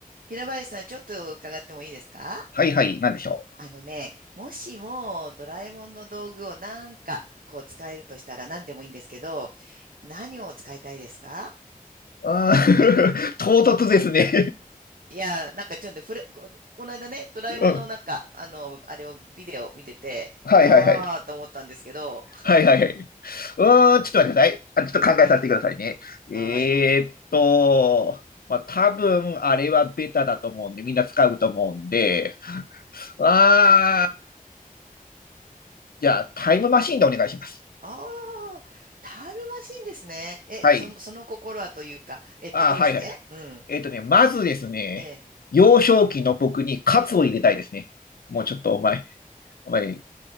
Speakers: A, on the right; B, on the left.
A: 平林さん、ちょっと伺ってもいいですか
B: はいはい、なんでしょ
A: あのね、もしもドラえもんの道具をなんかこう使えるとしたら何でもいいんですけど、何を使いたいですか
B: う。あー <laughs> 唐突ですね
A: いや、なんかちょっとふれ、こ、この間ね、ドラえもんのなんか、
B: <laughs> うん。
A: あの、あれをビデオ見てて、
B: はいはいはい。
A: あーと思ったんですけど、
B: はいはいはい。うーん、ちょっと待ってください。あ、ちょっと考えさせてくださいね。
A: はーい。
B: えーっと、まあ、多分あれはベタだと思うんで、みんな使うと思うんで、あー、じゃあタイムマシンでお願いします。
A: あー、タイムマシンですね。え、
B: はい。
A: その、その心はというか、えっと、
B: あー、
A: どうしてうん。
B: はいはい。えーっとね、まずですね、
A: ええ
B: 幼少期の僕にカツを入れたいですね。もうちょっとお前、お前、